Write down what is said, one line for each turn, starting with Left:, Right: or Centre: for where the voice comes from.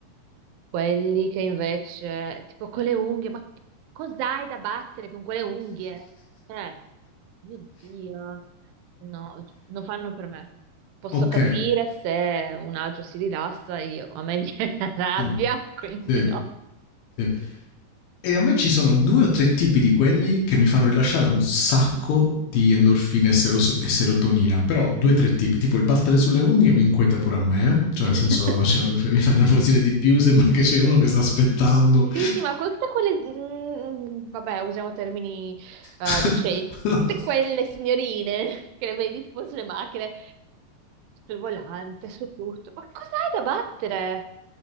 Right: Quelli che invece, tipo con le unghie, ma cos'hai da battere con quelle unghie? Eh, mio Dio, no, non fanno per me. Posso
Left: <laughs> ok.
Right: capire se un altro si rilassa, io, a me viene <laughs> la rabbia,
Left: Sì.
Right: quindi
Left: Sì.
Right: no.
Left: Sì. E a me ci sono due o tre tipi di quelli che mi fanno
Right: Mm.
Left: rilasciare un sacco di endorfine e, seros- e serotonina, però due o tre tipi, tipo il battere sulle unghie mi inquieta pure a me, eh? cioè
Right: <laughs>
Left: nel senso cioè, mi fa nervosire di più, sembra che c'è uno che sta aspettando.
Right: Sì, sì, ma con tutte quelle, mm, vabbè, usiamo termini eh,
Left: <laughs>
Right: decenti, tutte quelle signorine <laughs> che le vedi tipo sulle macchine, sul volante, su tutto. Ma cos'hai da battere?